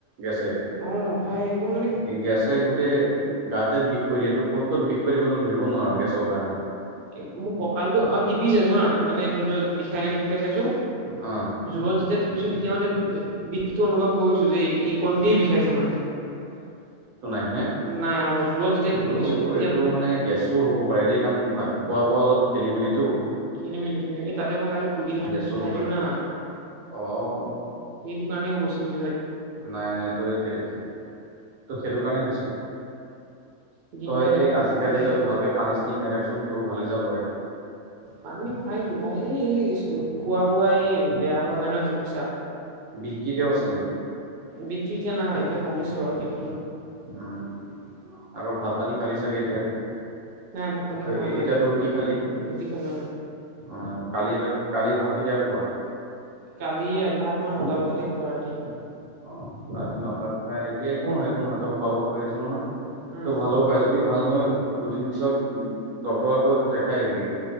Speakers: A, on the right (about 85°); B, on the right (about 55°).
A: গেছে,
B: অ ভাই একদম মানে
A: গেছে গোট গোটেই গাতে বিষ কৰি দিয়ে, তোৰ ক'ত ক'ত বিষ কৰি দিব তোৰ ধৰিব নোৱাৰ গেছৰ কাৰণে
B: এ মোৰ কঁকাল টো অ' টিপি চাইছো হা, মানে ধৰি লও বিষাই নে নিবিষাই চাইছো।
A: অ',
B: যোৰত যেতিয়া টিপিছো, তেতিয়া মানে সেইটো অনুভৱ কৰিছো, যে এই কণতে বিষাইছে মানে।
A: নাই নে,
B: নাই অ জোৰত যেতিয়া টিপি
A: ত''
B: দিছো তেতিয়া
A: এইটো মানে গেছো হ'ব পাৰে দেই কাৰণ ভ খোৱা বোৱা অলপ খেলি মেলি টো।
B: খেলি-মেলি, খেলি-মেলি। এই তাতে মই কালি পুদিনা
A: গেছো
B: খাই
A: হ'ব পাৰে
B: দিলো না,
A: অ'
B: সেইটো সেইটো কাৰণে কইছোঁ।
A: নাই নাই তোৰ সেইটো, তোৰ সেইটো কাৰণে হৈছে।
B: দিনডাল
A: তই
B: একো
A: এই আজিকালি
B: খোৱা নাই।
A: তই ভালকে পানী চানী খাই থাকচোন, তোৰ ভাল হয় যাব পাৰে।
B: পানী খাইছোঁ ভাই। এই এই খোৱা বোৱা এই বেয়া হোৱা কাৰণে হৈছে বুজিছা।
A: বিষ কেতিয়াও আছে নেকি
B: বিষটো এতিয়া নাই, এতিয়া কমিছে বাৰু বিষ।
A: উম্, আকৌ ভাত পানী খালি চাগে এতিয়া।
B: নাই ভাত পানী
A: অ'
B: খোৱা
A: এ
B: নাই
A: এতিয়াতো ৰুটি খালি।
B: ৰুটি খালো
A: অ' কালি, কালি ভাত কেতিয়া খোৱা?
B: কালি এয়া ভাত তোমাৰ নটা বজাতে খোৱা ৰাতি।
A: অ' ৰাতি নটাত খাই এতিয়া একো নহয় একো নহয়, তই খোৱা বোৱা কৰি আছো নহয়।
B: উম
A: তোৰ ভাল হ'বও পাৰে, যদি ভাল নহয় দুদিন পিছত ডক্তৰক আকৌ দেখাই আহিবিগে।